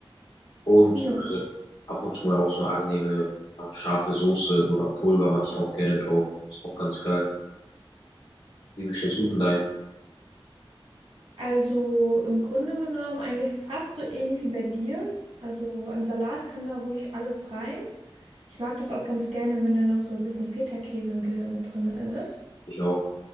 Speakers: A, on the left; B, on the right.
A: Und
B: Ja.
A: äh, ab und zu mal auch so eine angenehme, ja, scharfe Soße oder Pulver mache ich auch gerne drauf. Ist auch ganz geil. Wie bestellst du denn dein?
B: Also im Grunde genommen eigentlich fast so ähnlich wie bei dir. Also an Salat kann da ruhig alles rein. Ich mag das auch ganz gerne, wenn da noch so ein bisschen Feta-Käse im Döner mit drin ist.
A: Ich auch.